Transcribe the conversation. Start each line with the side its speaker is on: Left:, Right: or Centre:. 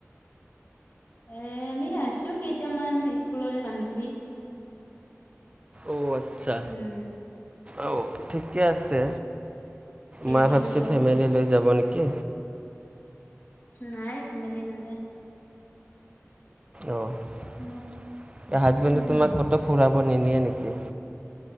Left: এ আমি আছোঁ, কেইটামান স্কুলৰে বান্ধৱী।
Right: অ' আচ্ছা,
Left: উম
Right: অ' ঠিকে আছে।
Left: কেইজন
Right: মই ভাবিছোঁ
Left: লগ
Right: ফেমিলি
Left: হৈ
Right: লৈ যাব নেকি?
Left: নাই ফেমেলি নাযায়।
Right: অ'
Left: মোৰ
Right: হাজবেণ্ডে তোমাক ক'তো ফুৰাব নি নিয়ে নেকি?